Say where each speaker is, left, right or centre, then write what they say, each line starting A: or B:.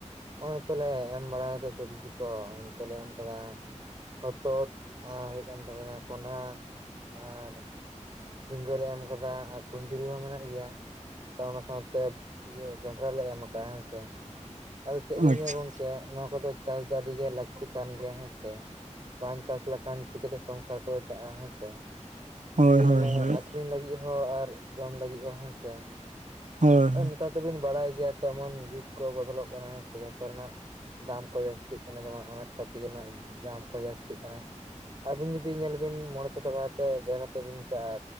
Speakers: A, on the right; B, on the right.
A: ᱱᱚᱜᱚᱭ ᱛᱚᱞᱮ ᱮᱢ ᱵᱟᱲᱟ ᱠᱟᱫᱟ ᱥᱚᱵᱽᱡᱤ ᱠᱚ ᱚᱱᱛᱮ ᱞᱮ ᱮᱢ ᱠᱟᱫᱟ, ᱦᱚᱛᱚᱫ ᱟᱨ ᱦᱩᱭᱩᱜ ᱠᱟᱱ ᱛᱟᱵᱤᱱᱟ ᱠᱚᱸᱰᱷᱟ ᱟᱨ ᱡᱷᱤᱸᱜᱟᱹ ᱞᱮ ᱮᱢ ᱠᱟᱫᱟ ᱟᱨ ᱠᱩᱱᱫᱽᱨᱤ ᱦᱚᱸ ᱢᱮᱱᱟᱜ ᱜᱮᱭᱟ᱾ ᱚᱱᱟ ᱥᱟᱶᱛᱮ ᱤᱭᱟᱹ ᱡᱚᱱᱰᱨᱟ ᱞᱮ ᱮᱢ ᱠᱟᱫᱼᱟ ᱦᱮᱸᱥᱮ᱾ ᱟᱫᱚ ᱪᱮᱫ ᱞᱤᱧ
B: ᱟᱪᱪᱷᱟ
A: ᱞᱟᱹᱭᱟ ᱜᱚᱝᱠᱮ ᱱᱚᱣᱟ ᱠᱚᱫᱚ ᱪᱟᱥ ᱫᱚ ᱟᱹᱰᱤ ᱜᱮ ᱞᱟᱹᱠᱛᱤ ᱠᱟᱱ ᱜᱮᱭᱟ ᱦᱮᱸ ᱥᱮ᱾ ᱵᱟᱝ ᱪᱟᱥ ᱞᱮᱠᱷᱟᱱ ᱪᱤᱠᱟᱹᱛᱮ ᱥᱚᱝᱥᱟᱨ ᱠᱚᱫᱚ ᱪᱟᱜᱼᱟ ᱦᱮᱸᱥᱮ᱾
B: ᱦᱳᱭ
A: ᱫᱤᱭᱮ
B: ᱦᱳᱭ
A: ᱚᱱᱮ
B: ᱦᱳᱭ
A: ᱟᱹᱠᱷᱨᱤᱧ ᱞᱟᱹᱜᱤᱫ ᱦᱚᱸ ᱟᱨ ᱡᱚᱢ ᱞᱟᱹᱜᱤᱫ ᱦᱚᱸ ᱦᱮᱸᱥᱮ
B: ᱦᱳᱭ
A: ᱱᱮᱛᱟᱨ ᱫᱚᱵᱤᱱ ᱵᱟᱲᱟᱭ ᱜᱮᱭᱟ ᱛᱮᱢᱚᱱ ᱡᱩᱜᱽ ᱠᱚ ᱵᱚᱫᱚᱞᱚᱜ ᱠᱟᱱᱟ ᱦᱮᱸ ᱥᱮ ᱡᱷᱚᱛᱚ ᱨᱮᱱᱟᱜ᱾ ᱫᱟᱢ ᱠᱚ ᱡᱟᱹᱥᱛᱤᱜ ᱠᱟᱱᱟ ᱡᱮᱢᱚᱱ ᱟᱱᱟᱡᱽᱯᱟᱹᱛᱤ ᱨᱮᱱᱟᱜ ᱫᱟᱢ ᱠᱚ ᱡᱟᱹᱥᱛᱤᱜ ᱠᱟᱱᱟ᱾ ᱟᱹᱵᱤᱱ ᱡᱩᱫᱤ ᱧᱮᱞ ᱵᱤᱱ ᱢᱚᱬᱮ ᱥᱚ ᱴᱟᱠᱟ ᱠᱟᱛᱮᱫ ᱵᱮᱜ ᱟᱛᱮ ᱵᱤᱱ ᱪᱟᱜᱼᱟ